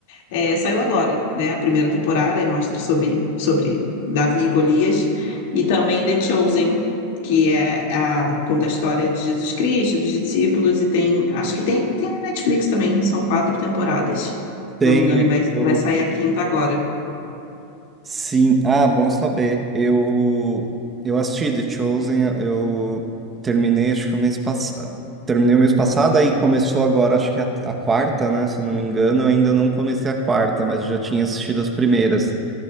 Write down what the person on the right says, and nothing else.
Tem,
eu,
Sim, ah, bom saber. Eu eu assisti The Chosen, eu terminei acho que o mês passado. Terminei o mês passado aí começou agora acho que a, a quarta, né, se eu não me engano, eu ainda não comecei a quarta, mas eu já tinha assistido as primeiras.